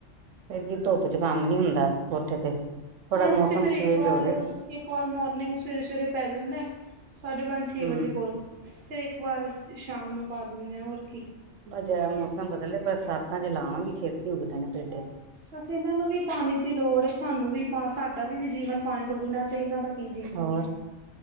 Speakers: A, on the right; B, on the right.
A: ਫੇਰ ਕੀ ਏ ਧੁੱਪ ਏੱਚ ਕੰਮ ਨੀ ਹੁੰਦਾ ਕੋਠੇ ਤੇ। ਥੋੜਾ
B: ਨਈ
A: ਮੌਸਮ
B: ਅਸੀ ਤੇ ਫੇਰ ਏੱਕ
A: ਚੇਂਜ
B: ਵਾਰ,
A: ਹੋ ਜੇ
B: ਏੱਕ ਵਾਰ ਮੋਰਨਿੰਗ ਸਵੇਰੇ-ਸਵੇਰੇ ਪੈ ਜਾਂਦੈ ਸਾਢੇ ਪੰਜ ਛੇ
A: ਹਮ
B: ਵਜੇ ਕੋਲ, ਫੇਰ ਏੱਕ ਵਾਰ ਅਸ ਸ਼ਾਮ ਨੂੰ ਪਾ ਦਿੰਨੇ ਆਂ, ਹੋਰ ਕੀ।
A: ਬ ਜਰਾ ਮੌਸਮ ਬਦਲ ਲੇ। ਬਰਸਾਤਾਂ 'ਚ ਲਾਵਾਂਗੀ, ਛੇਤੀ ਉੱਗਦੇ ਨੇ ਪੇਡੇ।
B: ਵੈਸੈ ਏਨਾਂ ਨੂੰ ਵੀ ਪਾਨੀ ਦੀ ਲੋੜ ਏ। ਸਾਨੂੰ ਵੀ ਪਾ ਸਾਡਾ ਵੀ ਨੀ ਜੀਵਨ ਪਾਣੀ ਤੋਂ ਬਿਨਾਂ ਤੇ ਏਨਾਂ ਦਾ ਕੀ ਜੀਵਨ
A: ਹੋਰ,
B: ਹੈ